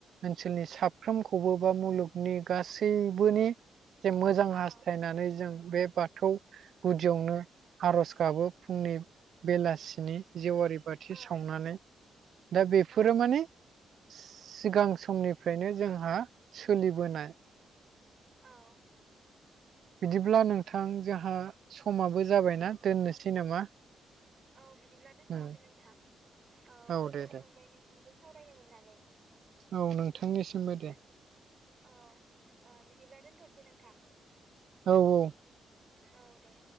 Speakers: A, on the right; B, on the right.
A: ओनसोलनि साफ्रोमखौबो बा मुलुगनि गासैबोनि जे मोजां हास्थायनानै
B: औ
A: जों बे बाथौ गुदियावनो आर'ज गाबो फुंनि बेलासिनि जेवारि बाथि
B: औ
A: सावनानै दा बेफोरो
B: औ
A: माने सिगां समनिफ्रायनो जोंहा सोलिबोनाय
B: औ
A: बिदिब्ला नोंथां जोंहा समाबो जाबायना दोननोसै नामा?
B: औ बिदिब्ला दोनथ'नोसै
A: उम
B: नोंथां औ
A: औ
B: गोजोननाय
A: दे दे
B: मोनबाय नोंथांजों सावरायनो मोननानै।
A: औ नोंथांनिसिमबो दे
B: औ ओ बिदिब्ला दोनथ'नोसै नोंथां।
A: औ औ
B: औ दे